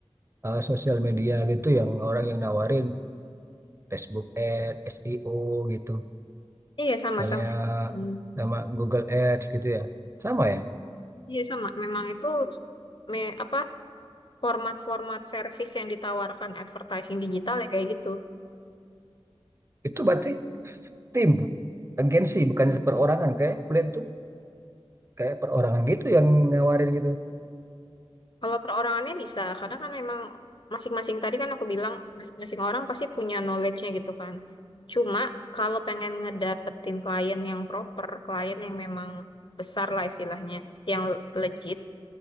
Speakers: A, on the right; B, on the left.
A: uh, sosial media gitu yang orang yang nawarin Facebook ad, SEO gitu
B: Iya sama-sama.
A: misalnya
B: Hmm.
A: sama Google Ads gitu ya. Sama ya.
B: Iya sama, memang itu me apa format-format service yang ditawarkan advertising digital ya kayak gitu.
A: Itu berarti tim, agensi, bukan perorangan. Kayak kuliah tuh kayak perorangan gitu yang nawarin gitu.
B: Kalau perorangannya bisa, karena kan emang masing-masing tadi kan aku bilang masing-masing orang pasti punya knowledge-nya gitu kan. Cuma kalau pengen ngedapetin klien yang proper, klien yang memang besar lah istilahnya, yang legit,